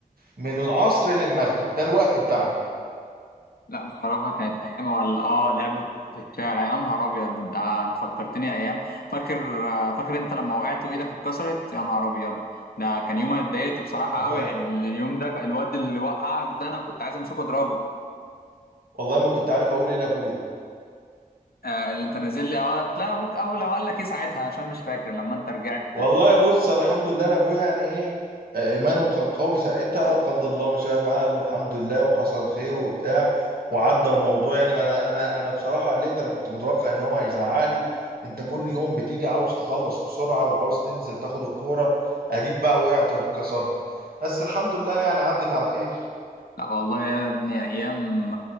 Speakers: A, on the right; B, on the left.
A: من العصر للمغرب ده الوقت بتاعنا
B: لا بصراحة كانت ايام ولا اه لعب الكورة في الشارع يا نهار ابيض ده انت فكرتني ايام فاكر آه، فاكر انت لما وقعت وايدك اتكسرت يا نهار ابيض ده كان يوم انا اتضايقت بصراحة
A: والله
B: قوي يعني اليوم ده الواد اللي وقعك ده انا كنت عايز امسكه اضربه
A: والله ما كنت عارف اقول ايه لابويا
B: آه، اللي انت نازل لي أو... لا ابوك اول لو قال لك ايه ساعتها عشان مش فاكر لما انت رجعت
A: والله بص الحمد لله انا ابويا يعني ايه آه، ايمانه كان قوي ساعتها قدر الله ما شاء فعل والحمد لله وحصل خير وبتاع وعدى الموضوع يعني انا انا انا بصراحه قلقت انا كنت متوقع ان هو هيزعلي انت كل يوم بتيجي عاوز تخلص بسرعه وعاوز تنزل تاخد الكوره اديك بقى وقعت واتكسرت بس الحمد لله يعني عدت على خير
B: لا والله يا ابني ايام